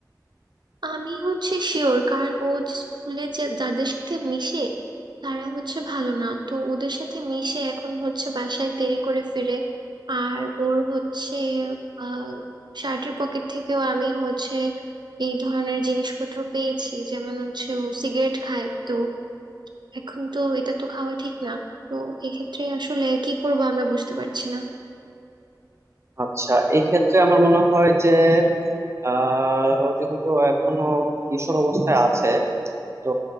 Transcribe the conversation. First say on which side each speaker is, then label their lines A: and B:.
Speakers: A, on the right; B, on the right.
A: আমি হচ্ছে শিওর কারণ ও যে স্কুলে যে যাদের সাথে মিশে তারা হচ্ছে ভালো না তো ওদের সাথে মিশে এখন হচ্ছে বাসায় দেরি করে ফিরে আর ওর হচ্ছে আহ শার্টের পকেট থেকেও আমি হচ্ছে এই ধরনের জিনিসপত্র পেয়েছি যেমন হচ্ছে ও সিগারেট খায় তো এখন তো এটা তো খাওয়া ঠিক না তো এক্ষেত্রে আসলে কি করব আমরা বুঝতে পারছি না
B: আচ্ছা এই ক্ষেত্রে আমার মনে হয় যে আহ ও যেহেতু এখনো কিশোর অবস্থায় আছে তো